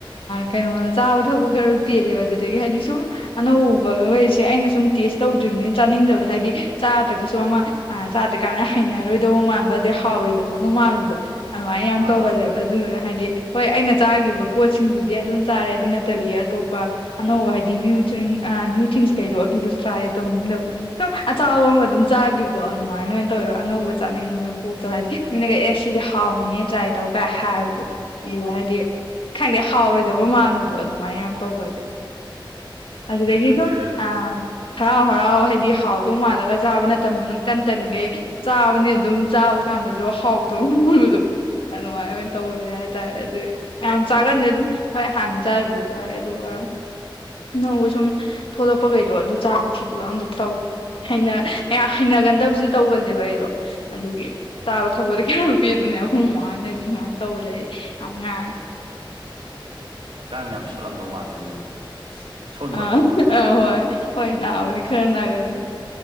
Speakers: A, on the left; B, on the right.
A: ꯀꯩꯅꯣ ꯆꯥꯕ ꯊꯛ ꯈꯔ ꯄꯦꯜꯂꯦꯕ ꯑꯗꯨꯗꯒꯤ ꯍꯥꯏꯗꯤ ꯁꯨꯝ ꯑꯅꯧꯕꯒ ꯍꯁꯦ ꯑꯩꯅ ꯁꯨꯝ ꯇꯦꯁ ꯇꯧꯗ꯭ꯔꯤꯕꯅꯤꯅ ꯆꯥꯅꯤꯡꯗꯕꯗ ꯍꯥꯏꯗꯤ ꯆꯥꯗ꯭ꯔꯒꯁꯨ ꯑꯃ ꯑ ꯆꯥꯗ꯭ꯔꯤꯀꯥꯟꯅ ꯍꯩꯅꯔꯣꯏꯗꯧꯕ ꯃꯥꯟꯕ ꯑꯗꯨꯩ ꯍꯥꯎꯔꯣꯏꯗꯕꯒ ꯃꯥꯟꯕꯗꯣ ꯑꯗꯨꯃꯥꯏꯅ ꯌꯥꯝ
B: ꯑꯥ
A: ꯇꯧꯒꯜꯂꯦꯕ
B: ꯑꯥ
A: ꯑꯗꯨꯗꯨꯅ ꯍꯥꯏꯗꯤ ꯍꯣꯏ ꯑꯩꯅ ꯆꯥꯈꯤꯕ ꯄꯣꯠꯁꯤꯡꯗꯨꯗꯤ ꯑꯗꯨꯝ ꯆꯥꯔꯦ ꯑꯗꯨ ꯅꯠꯇꯕꯤ ꯑꯇꯣꯞꯄ ꯑꯅꯧꯕ ꯍꯥꯏꯗꯤ ꯅ꯭ꯌꯨ ꯊꯤꯡ ꯑ꯭ꯌꯨ ꯊꯤꯡꯁ ꯀꯩꯗꯣ ꯑꯗꯨꯗꯁꯨ ꯇ꯭ꯔꯥꯏ ꯇꯧꯅꯤꯡꯗꯕ ꯁꯨꯝ ꯑꯆꯆꯥꯕ ꯑꯃ ꯑꯗꯨꯝ ꯆꯥꯈꯤꯕꯗꯣ ꯑꯗꯨꯃꯥꯏꯅ ꯑꯣꯏꯅ ꯇꯧꯋꯦꯕ ꯑꯅꯧꯕ ꯆꯥꯅꯤꯡꯕꯗꯣ ꯄꯣꯛꯇꯧ ꯍꯥꯏꯗꯤ ꯃꯤꯅꯦꯒ ꯑꯦ ꯁꯤꯁꯦ ꯍꯥꯎꯅꯤꯌꯦ ꯇ꯭ꯔꯥꯏ ꯇꯧ ꯀꯥꯏ ꯍꯥꯏꯕꯗꯨ ꯑꯗꯨ ꯍꯥꯏꯗꯤ ꯈꯪꯗꯦ ꯍꯥꯎꯔꯣꯏꯗꯕ ꯃꯥꯟꯕꯗꯣ ꯑꯗꯨꯃꯥꯏꯅ ꯌꯥꯝ ꯇꯧꯒꯜꯂꯤ ꯑ ꯀꯩꯀꯣ
B: ꯑꯗꯨ
A: ꯑ ꯍꯔꯥꯎ ꯍꯔꯥꯎ ꯍꯥꯏꯗꯤ ꯍꯥꯎꯗꯧ ꯃꯥꯜꯂꯒ ꯆꯥꯕ ꯅꯅꯤ ꯇꯟ ꯇꯟꯈꯩ ꯆꯥꯕꯅꯤ ꯑꯗꯨꯝ ꯆꯥꯕ ꯀꯥꯟꯗꯁꯨ ꯍꯥꯎ ꯇꯧꯕꯗꯣ ꯑꯗꯨꯃꯥꯏꯅ ꯑꯣꯏꯅ ꯇꯧꯈꯔꯦ ꯍꯥꯏ ꯇꯥꯏ ꯑꯗꯨ ꯌꯥꯝ ꯆꯥꯒꯟꯗꯤꯦ ꯑꯗꯨꯝ ꯍꯣꯏ ꯍꯥꯟꯅ ꯆꯥꯏꯕꯗꯣ ꯆꯥꯏ ꯑꯗꯨꯒ ꯅꯧꯧꯕ ꯁꯨꯝ ꯊꯂꯛꯄꯈꯩꯗꯣ ꯑꯗꯨ ꯆꯥꯕ ꯁꯤꯗꯂ ꯑꯝꯇ ꯇꯧꯋ ꯍꯩꯅꯌꯥꯝ ꯍꯩꯅꯒꯟꯗꯕꯁꯨ ꯇꯧꯒꯜꯂꯦꯕ ꯑꯩꯗꯣ ꯑꯗꯨꯒꯤ
B: ꯑꯣ
A: ꯇꯥꯕ ꯊꯧꯕꯗ ꯀꯌꯥꯝ ꯄꯤꯕꯅꯦ ꯑꯈꯨꯝ ꯃꯃꯥꯡ ꯍꯥꯏꯅꯁꯨ ꯁꯨꯃꯥꯏꯅ ꯇꯧꯕꯁꯦ ꯑꯉ
B: ꯑꯣ ꯍꯛꯆꯥꯡ ꯌꯥꯝ ꯁꯣꯠꯂꯝꯗꯧ ꯃꯥꯜꯂꯦ ꯑꯗꯨꯗꯤ ꯁꯣꯟꯕ꯭ꯔꯥ
A: ꯑꯥ
B: ꯅꯣꯏꯕ꯭ꯔꯥ
A: ꯑꯥ ꯍꯣꯏ ꯍꯣꯏ ꯅꯥꯎꯗꯤ ꯈꯔ ꯅꯥꯒꯜꯂꯤ